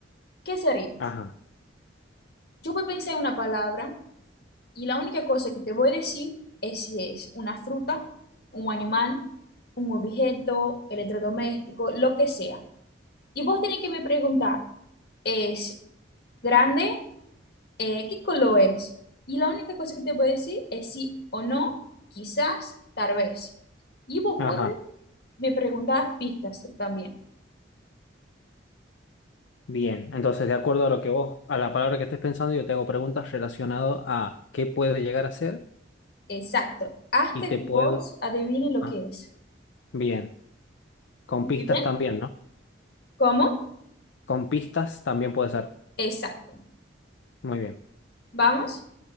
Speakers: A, on the left; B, on the left.
A: ¿Qué sería?
B: Ajá,
A: Yo voy a pensar en una palabra y la única cosa que te voy a decir es si es una fruta, un animal, un objeto, electrodoméstico, lo que sea. Y vos tenés que me preguntar, ¿es grande? eh, ¿qué color es? Y la única cosa que te puedo decir es sí o no, quizás, tal vez. Y vos
B: ajá,
A: puedes me preguntar pistas también.
B: bien. Entonces, de acuerdo a lo que vos, a la palabra que estés pensando, yo te hago preguntas relacionadas a qué puede llegar a ser
A: Exacto. Hasta
B: y te
A: que
B: puedo...
A: vos adivine lo
B: Ah,
A: que es.
B: bien. Con
A: ¿Muy
B: pistas
A: bien?
B: también, ¿no?
A: ¿Cómo?
B: Con pistas también puede ser.
A: Exacto.
B: Muy bien.
A: Vamos.